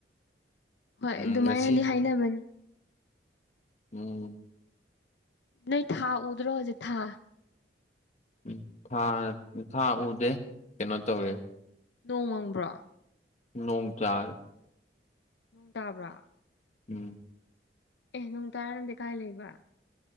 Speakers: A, on the left; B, on the left.
A: ꯍꯣꯏ
B: ꯎꯝ
A: ꯑꯗꯨꯃꯥꯏꯅꯗꯤ
B: ꯉꯁꯤ
A: ꯍꯥꯏꯅꯕꯅꯦ
B: ꯎꯝ
A: ꯅꯣꯢ ꯊꯥ ꯎꯗꯔꯣ ꯍꯧꯖꯤꯛ ꯊꯥ
B: ꯎꯝ ꯊꯥ ꯎꯗꯦ ꯀꯩꯅꯣ ꯇꯧꯔꯦ
A: ꯅꯣꯡꯃꯪꯕ꯭ꯔꯣ
B: ꯅꯣꯡ ꯆꯥ
A: ꯅꯨꯡ ꯇꯥꯕ꯭ꯔꯥ
B: ꯎꯝ
A: ꯑꯦ ꯅꯅꯨꯡ ꯇꯔꯥꯅꯪꯗꯤ ꯀꯥꯏ ꯂꯩꯕ